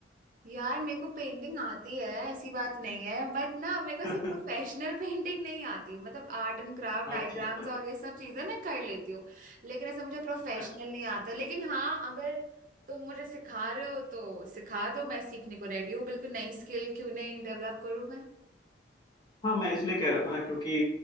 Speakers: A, on the right; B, on the left.
A: यार मेरे को पेंटिंग आती है ऐसी बात नहीं है बट ना मेरे को
B: <laughs>
A: सिर्फ प्रोफेशनल पेंटिंग <laughs> नहीं आती मतलब आर्ट एंड क्राफ्ट डायग्राम्स
B: अच्छा अच्छा
A: और ये सब चीजें मैं कर लेती हूँ लेकिन ऐसा मुझे प्रोफेशनल
B: अच्छा
A: नहीं आता लेकिन हाँ अगर तुम मुझे सिखा रहे हो तो सिखा दो मैं सीखने को रेडी हूँ बिल्कुल नई स्किल क्यों नहीं डेवलप करूँ मैं
B: हाँ मैं इसलिए कह रहा था ना क्योंकि